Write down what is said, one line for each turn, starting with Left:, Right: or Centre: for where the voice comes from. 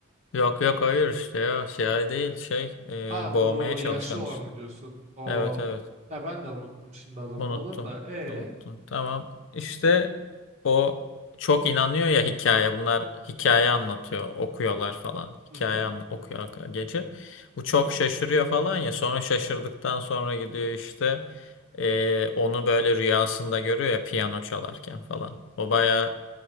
Left: Yok yok hayır işte ya şey değil şey
Right: Ha
Left: e, boğmaya
Right: bu
Left: çalışan
Right: yaşlı olanı
Left: işte.
Right: diyorsun. O
Left: Evet evet
Right: ya ben de unuttum şimdi adamın
Left: unuttum
Right: adını da. E
Left: unuttum tamam işte o çok inanıyor ya hikaye bunlar hikaye anlatıyor okuyorlar falan hikaye
Right: hı hı.
Left: an okuyor arka- gece bu çok şaşırıyor falan ya sonra şaşırdıktan sonra gidiyor işte e, onu böyle rüyasında görüyor ya piyano çalarken falan o bayağı